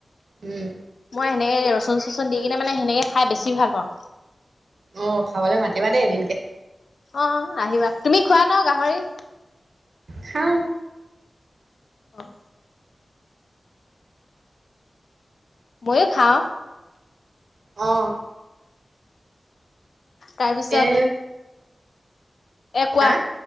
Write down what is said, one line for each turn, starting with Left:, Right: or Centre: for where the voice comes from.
Right: উম,
Left: মই সেনেকে ৰচুন চচুন দি কেনে মানে সেনেকে খাই বেছি ভাল পাওঁ।
Right: অহ' খাবলে মাতিবা দেই এদিনকে।
Left: অঁ' আহিবা, তুমি খোৱা ন' গাহৰি?
Right: খাওঁ।
Left: অহ'। মইয়ো খাওঁ।
Right: অহ'।
Left: তাৰপিছত-
Right: এ
Left: এ কোৱা,
Right: হা?